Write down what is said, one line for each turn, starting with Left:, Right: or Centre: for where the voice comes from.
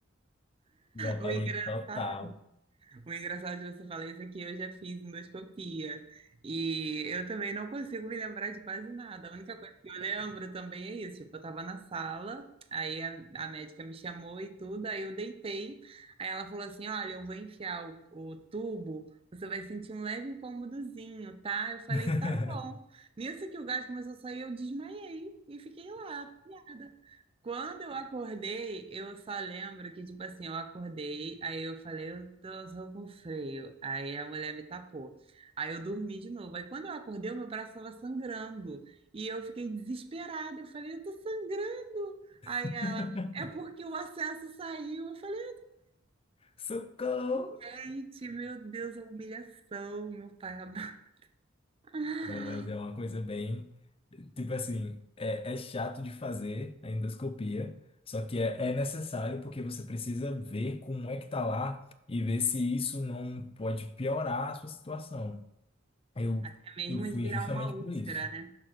Left: Eu apaguei
Right: O engraçado.
Left: total.
Right: O engraçado de você falar isso é que eu já fiz endoscopia e eu também não consigo me lembrar de quase nada. A única coisa que eu lembro também é isso. Tipo, eu tava na sala, aí a, a médica me chamou e tudo, aí eu deitei. Aí ela falou assim: Olha, eu vou enfiar o, o tubo, você vai sentir um leve incômodozinho, tá? Eu falei:
Left: <laughs>
Right: Tá bom. Nisso que o gás começou a sair, eu desmaiei e fiquei lá, apanhada. Quando eu acordei, eu só lembro que, tipo assim, eu acordei, aí eu falei, eu tô só com freio. Aí a mulher me tapou. Aí eu dormi de novo. Aí quando eu acordei, o meu braço estava sangrando. E eu fiquei desesperada. Eu falei, eu tô sangrando. Aí
Left: <laughs>
Right: ela, é porque o acesso saiu. Eu falei,
Left: Socorro!
Right: gente, meu Deus, a humilhação, meu pai. amado. <laughs>
Left: Não, mas é uma coisa bem. Tipo assim, é, é chato de fazer a endoscopia, só que é, é necessário porque você precisa ver como é que tá lá e ver se isso não pode piorar a sua situação. Eu,
Right: Até mesmo
Left: eu fui
Right: de virar
Left: justamente
Right: uma úlcera,
Left: por isso.
Right: né?